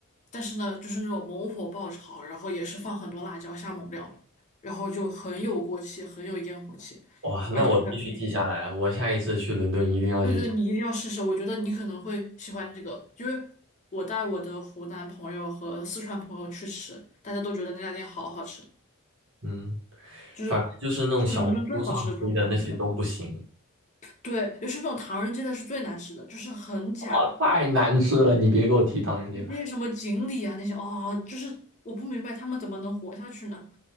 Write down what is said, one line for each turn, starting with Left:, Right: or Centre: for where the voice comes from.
Left: 但是呢，就是那种猛火爆炒，然后也是放很多辣椒下猛料，然后就很有锅气，很有烟火气，
Right: 哇，那我必须记下来啊！
Left: 而且还很便宜。
Right: 我下一次去伦敦一定要去吃。
Left: 对对，你一定要试试，我觉得你可能会喜欢这个，因为我带我的湖南朋友和四川朋友去吃，大家都觉得那家店好好吃，
Right: 嗯，
Left: 就是是伦敦最好吃的中餐，
Right: 反正就是那种小红书上推的那些都不行，
Left: 我觉得。对，尤其是那种唐人街的是最难吃的，就是很假，
Right: 哇，太难吃了！你别给我提唐人街了。
Left: 那些什么锦鲤啊那些，哦，就是我不明白他们怎么能活下去呢？